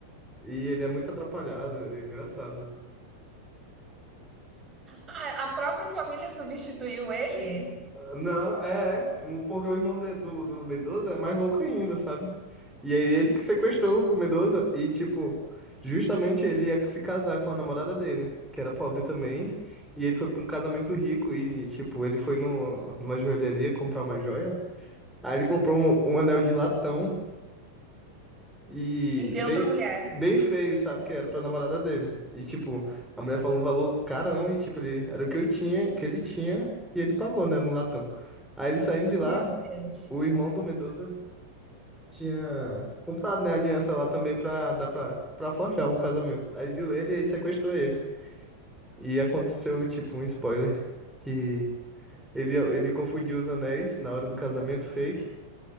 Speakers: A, in the centre; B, on the right (about 20°).
A: E ele é muito atrapalhado, ele é engraçado.
B: A, a própria família substituiu ele
A: Não, é, é. Um- Porque o irmão de- do, do Mendoza é mais louco ainda, sabe? E aí ele que sequestrou o Mendoza e, tipo, justamente ele ia se casar com a namorada dele, que era pobre também. E ele foi pra um casamento rico e, tipo, ele foi no, numa joalheria comprar uma joia. Aí ele comprou um, um anel de latão. E
B: e deu
A: bem,
B: pra mulher.
A: bem feio, sabe? Que era pra namorada dele. E, tipo, a mulher falou um valor carão e, tipo, ele, era o que eu tinha, que ele tinha, e ele pagou, né, no latão. Aí ele saindo de lá,
B: Meu Deus.
A: o irmão do Mendoza tinha comprado, né, a aliança lá também pra dar pra, pra forjar o casamento. Aí viu ele e aí sequestrou ele. E aconteceu, tipo, um spoiler, que ele, ele confundiu os anéis na hora do casamento fake.